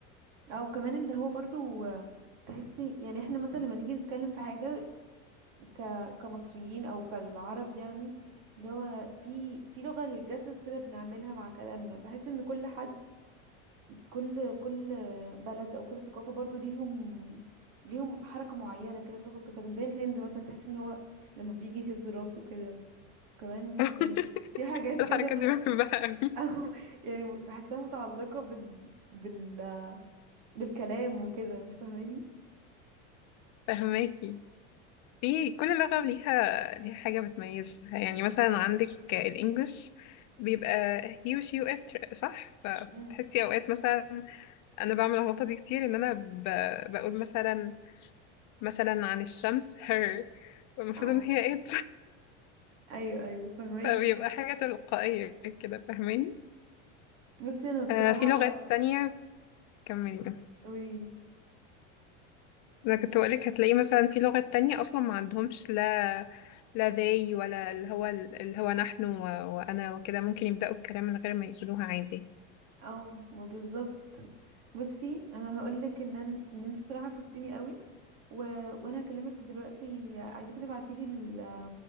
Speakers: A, on the right; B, on the left.
A: او كمان اللي هو برضو آه، تحسي يعني احنا مثلا لما نيجي نتكلم في حاجة ك كمصريين او كالعرب يعني اللي هو في في لغة للجسد كده بنعملها مع كلامنا بحس ان كل حد كل كل بلد او كل ثقافه برضو ليهم ليهم حركه معينه كده في لغه جسدهم زي الهند مثلا تحس ان هو لما بيجي يهز راسه كده كمان
B: <laughs>
A: يعني في حاجات
B: الحركه
A: كده <laughs>
B: دي بحبها قوي
A: او يعني بحسها متعلقه بال بال بالكلام وكده انت فاهماني
B: فهماكي في كل لغه ليها ليها حاجه بتميزها يعني مثلا عندك الانجليش بيبقى he و she و it صح فبتحسي
A: مم.
B: اوقات مثلا انا بعمل الغلطه دي كتير ان انا ب... بقول مثلا مثلا عن الشمس her المفروض
A: او
B: ان هي it
A: ايوه ايوه فهماكي
B: فبيبقى حاجة تلقائية كده فاهماني
A: بصي انا بصراحه
B: آه في لغات تانية كملي
A: إيه،
B: ده
A: قوليلي
B: أنا كنت بقولك هتلاقي مثلا في لغات تانية أصلا ما عندهمش لا لا they ولا اللي هو اللي هو نحن و... وأنا وكده ممكن يبدأوا الكلام من غير ما يقولوها عادي
A: او ما بالظبط بصي انا هقولك ان أنا ان انت بصراحه فدتيني قوي و... وانا هكلمك دلوقتي عايزاك تبعتيلي ال...